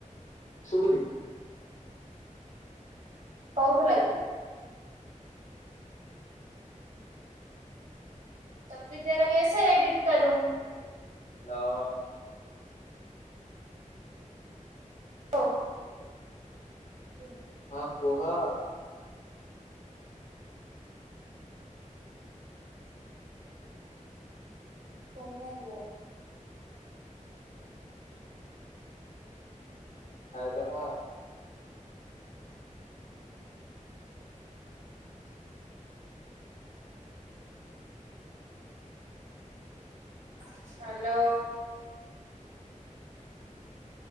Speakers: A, on the left; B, on the right.
A: ସୁବୁନି?
B: କହୁଥିଲା କି ତ ଫିର ତେରା କସେ ଏଡିଟ କରୁ?
A: ହ୍ୟାଲୋ
B: ହଁ। ଓୁ।
A: ହଁ କୁହ?
B: ତୁମେ କୁହ?
A: ଖାଇଲେ କଣ?
B: <unintelligible>